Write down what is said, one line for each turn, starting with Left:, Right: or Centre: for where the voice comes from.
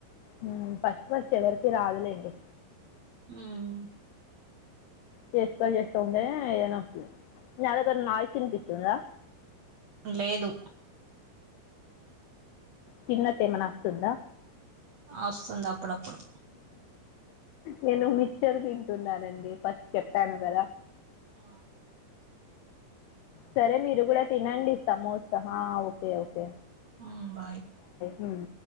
Left: మ్మ్ ఫస్ట్ ఫస్ట్ ఎవరికి రాదులేండి
Right: మ్మ్
Left: చేస్త చేస్తా ఉంటే ఏదైనా వస్తుంది న దగ్గర నాయిస్ ఇన్పిస్త్ స్తుందా
Right: లేదు
Left: తిన్నట్టేమనాస్తుందా
Right: వస్తుంది అప్పుడప్పుడు
Left: నేను మిక్చర్ తింటున్నానండి ఫస్ట్ చెప్పాను కదా
Right: ఆ
Left: సరే మీరు కూడా తినండి సమోసా హా ఓకే ఓకే
Right: మ్మ్ బాయ్
Left: మ్మ్